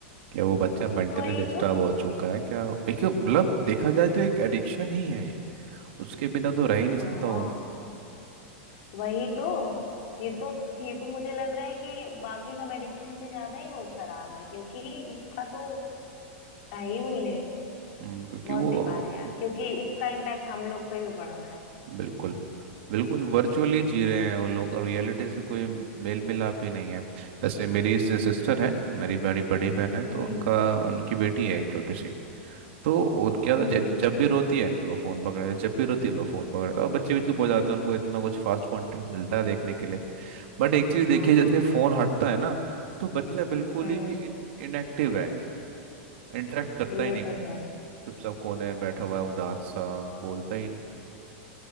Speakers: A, on the right; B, on the left.
A: क्या वो बच्चा मेंटली
B: वही
A: डिस्टर्ब
B: तो
A: हो चुका है क्या एक मतलब देखा जाए तो एक एडिक्शन ही है ये उसके बिना तो रह ही
B: हाँ
A: नहीं सकता वो
B: वही तो ये तो ये तो मुझे लग रहा है कि बाकी सब एडिक्शन से ज्यादा ही वो खराब है क्योंकि इसका तो क्या ही बोले
A: हम्म, क्योंकि
B: बहुत
A: वो
B: बेकार है यार क्योंकि इसका इम्पैक्ट हम लोग पे भी पड़ रहा है
A: बिल्कुल बिल्कुल वर्चुअली जी रहे हैं वो लोग और रियलिटी से कोई मेल मिलाप ही नहीं है जैसे मेरी सिस्टर है मेरी बड़ी बड़ी बहन है
B: हम्म
A: तो उनका उनकी बेटी है एक छोटी सी तो उनके यहाँ
B: हम्म
A: तो ज- जब भी रोती है लो फोन पकड़ा है जब भी रोती है लो फोन पकड़ा है और बच्चे भी चुप हो जाते हैं उनको इतना कुछ फास्ट कंटेंट मिलता है देखने के लिए बट एक चीज देखिए
B: हाँ
A: जैसे फोन हटता है ना तो बच्चा बिल्कुल
B: हम्म
A: ही भी इनएक्टिव है इंटरेक्ट करता
B: ये
A: ही नहीं
B: तो है
A: चुपचाप कोने में बैठा हुआ है उदास सा बोलता ही नहीं